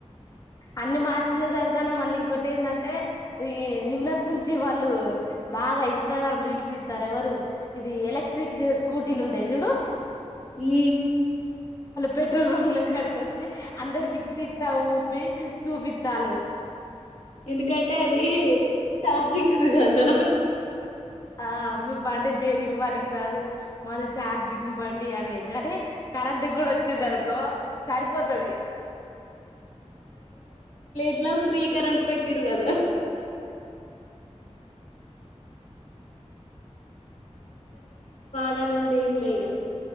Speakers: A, on the left; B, on the left.
A: అన్నీ మార్చిల్నే జరుగుతానాయ్ మళ్ళీ ఇంకోటి ఎందంటే రీ నిన్నటి నుంచి వాళ్ళు బాగా ఇన్స్టాగ్రామ్ లో రీల్స్ తీస్తారెవరు ఇది ఎలక్ట్రిక్ స్కూటీలుంటాయి జూడు
B: హూ
A: పెట్రోల్ బంక్ లో కడుకొచ్చి అందరికి పిత్తా ఊపి చూపిత్తాలు
B: ఎందుకంటే అదీ చార్జింగ్ ది కదా
A: ఆ మీ బండి దేనికి పనికి రాదు మాది ఛార్జింగ్ బండి అనే కానీ కరెంట్ గూడా వచ్చిందనుకో సరిపోతది
B: ఏట్లా ఫ్రీ కరెంట్ బెట్టిరు గదా ఉండాలంటే ఏం లే ఇగా